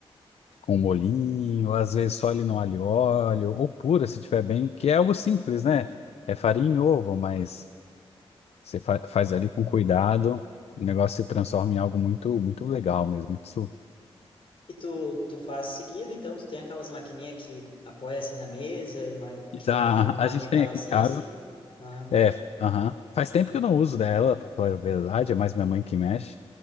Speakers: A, on the left; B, on the left.
A: com molhinho, às vezes só ali no alho e óleo, ou pura, se tiver bem, que é algo simples, né? É farinha
B: Uhum.
A: e ovo, mas. Você fa- faz ali com cuidado, o negócio se transforma em algo muito, muito legal mesmo. Isso,
B: E tu, tu faz seguido, então tu tem aquelas maquininhas que apoia assim na mesa e mais, que
A: tá,
B: tem aquela manivelazinha
A: a gente tem aqui em casa.
B: assim? Ah,
A: É,
B: tá.
A: aham. Faz tempo que eu não uso dela, pra falar a verdade, é mais minha mãe que mexe.